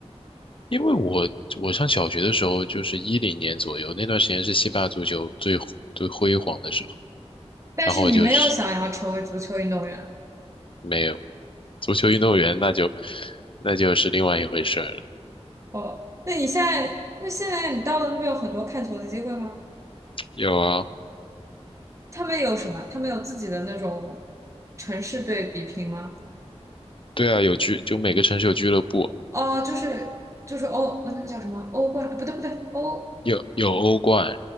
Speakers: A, on the left; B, on the right.
A: 因为我我上小学的时候就是一零年左右，那段时间是西班牙足球最最辉煌的时候，
B: 但是你没有想要成为足球运动员
A: 然后我就是没有足球运动员，那就那就是另外一回事儿了。
B: 哦？那你现在，那现在你到了那边有很多看球的机会吗？
A: 有啊，
B: 他们有什么？他们有自己的那种城市对比拼吗？
A: 对啊，有俱就每个城市有俱乐部。
B: 哦，就是就是欧，呃那个叫什么欧冠？不对不对，欧，
A: 有有欧冠，